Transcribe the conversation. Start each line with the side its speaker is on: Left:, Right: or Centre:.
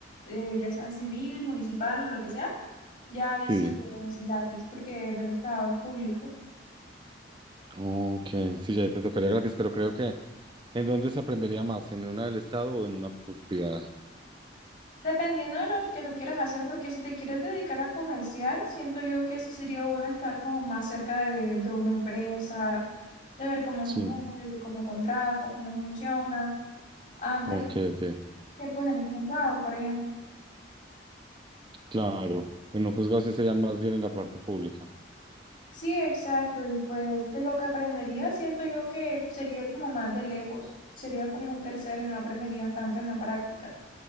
Left: eh, ya sea civil, municipal, lo que sea, ya ahí
Right: sí.
Left: sí es gratis porque es del Estado, es público.
Right: Ok, sí, ya te tocaría gratis, pero creo que ¿en dónde se aprendería más? ¿En una del Estado o en una pu- privada?
Left: Dependiendo de lo que tú quieras hacer, porque si te quieres dedicar a comercial, siento yo que sí sería bueno estar como más cerca de, de una empresa, de ver cómo
Right: Sí,
Left: se mueve, cómo contrata, cómo funciona, antes
Right: ok, ok.
Left: que pues en un juzgado, por ejemplo.
Right: Claro, en un juzgado sí sería más bien en la parte pública.
Left: Sí, exacto, y pues de lo que aprendería, siento yo que sería como más de lejos, sería como un tercero y no aprenderías tanto en la práctica.